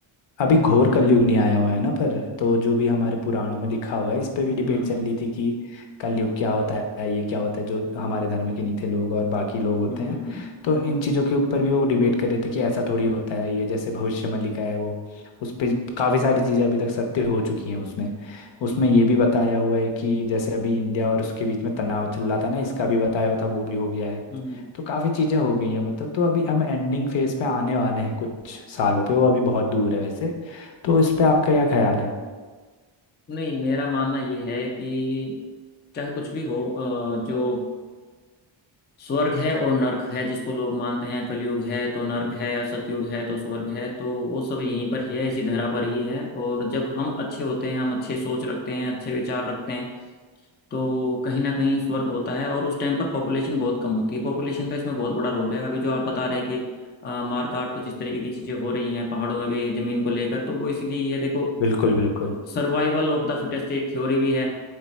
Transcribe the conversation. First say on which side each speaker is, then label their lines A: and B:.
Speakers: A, on the left; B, on the left.
A: अभी घोर कलयुग नहीं आया हुआ है ना पर तो जो भी हमारे पुराणों में लिखा हुआ है इस पे भी डिबेट
B: हम्म
A: चल रही थी कि कलयुग क्या होता है ये क्या होता है जो हमारे धर्म के नीचे लोग और बाकी लोग होते
B: हम्म हम्म
A: हैं
B: हम्म,
A: तो इन चीज़ों के ऊपर भी वो डिबेट कर रहे थे कि ऐसा थोड़ी होता है ये जैसे भविष्य में लिखा है वो उस पे काफ़ी सारी चीज़ें अभी तक सत्य हो चुकी हैं उसमें उसमें ये भी बताया हुआ है कि जैसे अभी इंडिया और उसके बीच में तनाव चल रहा था ना इसका भी बताया हुआ था वो भी हो गया है
B: हम्म। हम्म।
A: तो काफ़ी चीज़ें हो गई हैं मतलब तो अभी हम एंडिंग फेज में आने वाले हैं कुछ सालों पे वो अभी बहुत दूर है वैसे तो इस पे आपका क्या ख्याल है
B: नहीं मेरा मानना ये है कि चाहे कुछ भी हो अ, जो स्वर्ग है और नर्क है जिसको लोग मानते हैं कलयुग है तो नर्क है सतयुग है तो स्वर्ग है तो वो सब यहीं पर ही है इसी धरा पर ही है और जब हम अच्छे होते हैं हम अच्छे सोच रखते हैं अच्छे विचार रखते हैं तो कहीं ना कहीं स्वर्ग होता है और उस टाइम पर पॉपुलेशन बहुत कम होती है पॉपुलेशन का इसमें बहुत बड़ा रोल है अभी जो आप बता रहे हैं कि अ, मार काट कुछ इस तरीके की चीजें हो रही हैं पहाड़ों में भी जमीन को लेकर तो वो इसीलिए ये देखो
A: बिल्कुल बिल्कुल
B: सर्वाइवल ऑफ द फिटेस्ट एक थ्योरी भी है